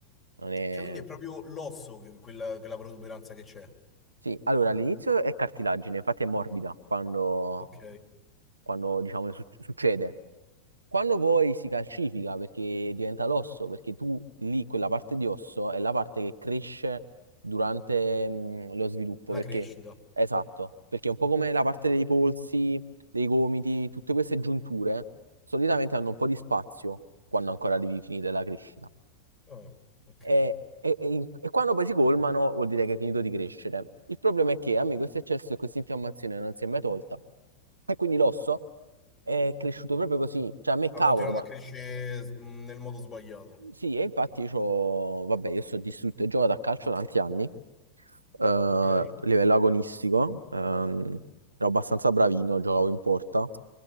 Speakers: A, on the right; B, on the left.
A: non è...
B: Cioè, quindi è proprio l'osso che- quella, quella protuberanza che c'è,
A: Sì, allora all'inizio è cartilagine, infatti è morbida quando
B: ok?
A: quando diciamo su- succede. Quando poi si calcifica perché diventa l'osso, perché tu lì quella parte di osso è la parte che cresce durante mm, lo sviluppo,
B: La
A: perché
B: crescita.
A: esatto, perché è un po' come la parte dei polsi, dei gomiti, tutte queste giunture solitamente hanno un po' di spazio quando ancora devi finire la crescita.
B: Ah, ok.
A: E, e- e in- e quando poi si colmano vuol dire che è finito di crescere. Il problema è che a me questo eccesso e questa infiammazione non si è mai tolta e quindi l'osso è cresciuto proprio così, cioè a me
B: Ha
A: cavolo,
B: continuato
A: ma
B: a crescere s- mh, nel modo sbagliato,
A: sì, e infatti c'ho, vabbè, io sto distrutto e gioco da calcio tanti anni, eh, a
B: ok?
A: livello agonistico, ehm, ero abbastanza bravino, giocavo in porta, ho